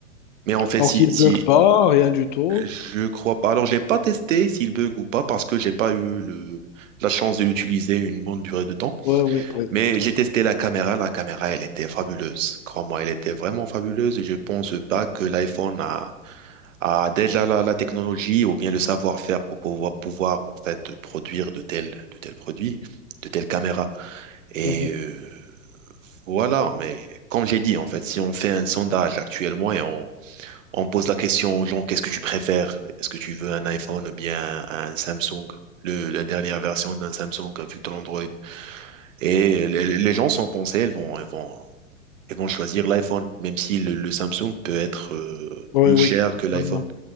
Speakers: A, on the right; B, on the left.
A: Mais en fait,
B: Donc,
A: si,
B: il
A: si
B: bug pas, rien du tout.
A: je crois pas, alors je l'ai pas testé s'il bug ou pas parce que j'ai pas eu le, la chance de l'utiliser une bonne durée de temps.
B: Oui, oui, oui,
A: Mais
B: tout
A: j'ai
B: à fait.
A: testé la caméra, la caméra, elle était fabuleuse. Crois-moi, elle était vraiment fabuleuse et je pense pas que l'iPhone a, a déjà la, la technologie ou bien le savoir-faire pour pouvoir, pouvoir en fait produire de tels, de tels produits, de telles caméras. Et
B: Mhm.
A: euh, voilà, mais comme j'ai dit, en fait, si on fait un sondage actuellement et on, on pose la question aux gens, qu'est-ce que tu préfères? Est-ce que tu veux un iPhone ou bien un Samsung? Le- la dernière version d'un Samsung avec de l'Android. Et les, les gens sont pensés, elles vont, elles vont, ils vont choisir l'iPhone, même si le, le Samsung peut être euh,
B: Oui,
A: plus
B: oui.
A: cher que l'iPhone.
B: Non, non.